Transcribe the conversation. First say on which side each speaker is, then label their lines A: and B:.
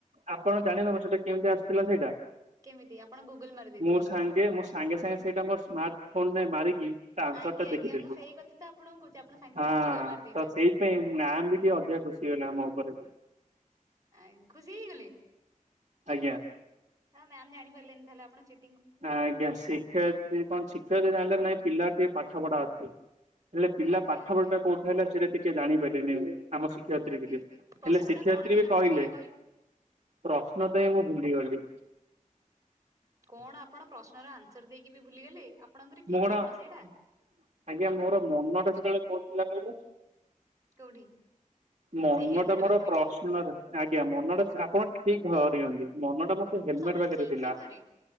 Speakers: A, on the right (about 55°); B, on the right (about 25°).
A: ଆପଣ ଜାଣିବେ <unintelligible> କେମିତି ଆସିଥିଲା ସେଇଟା
B: କେମିତି ଆପଣ ଗୁଗୁଲ ମାରି ଦେଇଥିଲେ?
A: <inaudible> ମୁଁ ସାଙ୍ଗେ ମୋ ସାଙ୍ଗେ ସାଙ୍ଗେ ସେଇଟା ମୋ ସାର୍ଟ ରେ ମାରିକି ତା ଆନ୍ସର
B: ଆଜ୍ଞା
A: ଟା ଦେଖିଦେଲୁ।
B: ଆଜ୍ଞା ମୁଁ ସେଇ କଥା ତ ଆପଣଙ୍କୁ କହୁଛି ଆପଣ ସାଙ୍ଗେ
A: ହଁ
B: ସାଙ୍ଗେ ଗୁଗୁଲ ମାରି ଦେଇଛନ୍ତି।
A: ତ ସେଇପାଇଁ ମା ବି ଟିକେ ଅଧିକା ଖୁସି ହେଇଗଲେ ଆମ ଉପରେ।
B: ଆ ଖୁସି ହେଇଗଲେ
A: ଆଜ୍ଞା
B: ମ୍ୟାମ ଜାଣିପାରିଲେନି ତାହଲେ ଆପଣ ଚି
A: ଆଜ୍ଞା ଶିକ୍ଷୟତ୍ରୀ କଣ ଶିକ୍ଷୟତ୍ରୀ ଜାଣିଲେ ନାଇଁ ପିଲା ଟିକେ ପାଠ ପଢା ଅଛି। ହେଲେ ପିଲା
B: ଆଜ୍ଞା
A: ପାଖପଢାଟା
B: ଆଜ୍ଞା
A: କୋଉଠି ହେଲା ସେଟ ଟିକେ ଜାଣିପାରିଲେନି ଏମିତି। ଆମ ଶିକ୍ଷୟତ୍ରୀ
B: ଆଜ୍ଞା
A: ଟିକେ
B: ଆଜ୍ଞା ପ୍ରଶ୍ନ
A: ହେଲେ ଶିକ୍ଷୟତ୍ରୀ
B: ଟା କଣ ଥିଲା
A: ବି କହିଲେ
B: ମତେ ଟିକେ
A: ପ୍ରଶ୍ନ ତ ଏଇ ମୁଁ ଭୁଲିଗଲି।
B: କଣ ଆପଣ ପ୍ରଶ୍ନର ଆନ୍ସର ଦେଇକି ବି ଭୁଲିଗଲେ। ଆପଣଙ୍କର କି
A: ମୁଁ କଣ
B: ମନ ସେଇଟା
A: <inaudible> ଆଜ୍ଞା ମୋର ମନଟା ସେତେବେଳେ କୋଉଠିଥିଲା କହିଲେ?
B: କୋଉଠି?
A: ମନ
B: ସେଇ ହେଲମେଟ
A: ଟା ମୋର
B: ପାଖରେ
A: ପ୍ରଶ୍ନରେ ଆଜ୍ଞା ମନଟା ଆପଣ ଠିକ ଭରିଛନ୍ତି ମନ ଟା ମତେ ହେଲମେଟ
B: ମୁଁ ସବୁବେଳେ
A: ପାଖରେ
B: ଠିକ
A: ଥିଲା
B: ହିଁ ଧରେ।